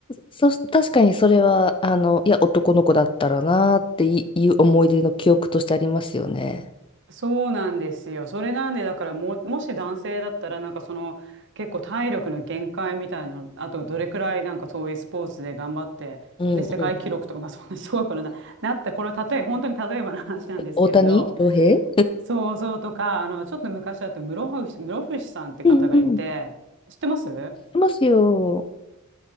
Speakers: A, on the left; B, on the right.
A: そ、確かにそれは、あの、いや、男の子だったらなーっていいう思い出の記憶としてありますよね。
B: そうなんですよ。それなんで、だからもう、もし男性だったら、なんかその、結構体力の限界みたいな、あとどれくらいなんかそういうスポーツで頑張って、
A: うん、
B: ね、世界記録とか、
A: うん。
B: まあそんなすごいことな、なった、これは例え、本当に例えばの話なんですけれど、
A: 大谷翔平
B: そうそうとか、あの、ちょっと昔だと室伏、室伏さんって方がいて、
A: うん、うん。い
B: 知ってます
A: ますよ。